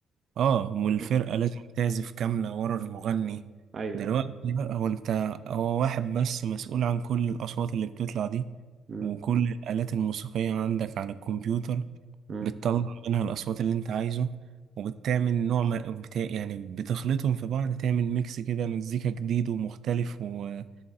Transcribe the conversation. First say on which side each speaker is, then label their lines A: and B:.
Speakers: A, on the right; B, on the right.
A: اه والفرقة
B: أمم.
A: لازم تعزف كاملة ورا المغني
B: اي
A: دلوقتي
B: اي
A: بقى هو انت هو واحد بس مسؤول عن كل الأصوات اللي بتطلع دي
B: امم
A: وكل الآلات الموسيقية عندك على الكمبيوتر
B: امم
A: بتطلع منها الأصوات اللي أنت عايزه وبتعمل نوع ما بتا... يعني بتخلطهم في بعض تعمل ميكس كده مزيكا جديد ومختلف و...